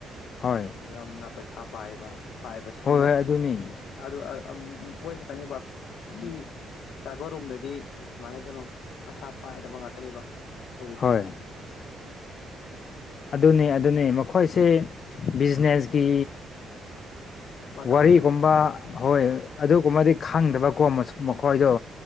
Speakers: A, on the left; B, on the left.
A: ꯍꯣꯏ
B: ꯌꯥꯝꯅ ꯄꯩꯁꯥ ꯄꯥꯏꯕ ꯄꯥꯏꯕꯁꯤꯡꯅ
A: ꯍꯣꯏ ꯍꯣꯏ ꯑꯗꯨꯅꯤ
B: ꯑꯗꯨ ꯃꯣꯏ ꯈꯛꯇꯅꯤꯕ ꯑꯁꯤ ꯇꯥꯏꯕ ꯔꯣꯝꯗꯗꯤ ꯀꯃꯥꯏꯅ ꯍꯥꯏꯗꯣꯏꯅꯣ ꯄꯩꯁꯥ ꯄꯥꯏꯗꯕ ꯉꯥꯛꯇꯅꯦꯕ ꯇꯧꯔꯤꯁꯦ
A: ꯍꯣꯏ ꯑꯗꯨꯅꯤ ꯑꯗꯨꯅꯤ ꯃꯈꯣꯏꯁꯦ ꯕꯤꯖꯤꯅꯦꯁ ꯀꯤ
B: ꯃꯇꯥꯡꯗ
A: ꯋꯥꯔꯤꯒꯨꯝꯕ ꯍꯣꯏ
B: ꯑꯥ
A: ꯑꯗꯨꯒꯨꯝꯕꯗꯤ ꯈꯪꯗꯕꯀꯣ ꯃꯁꯨ ꯃꯈꯣꯏꯗꯣ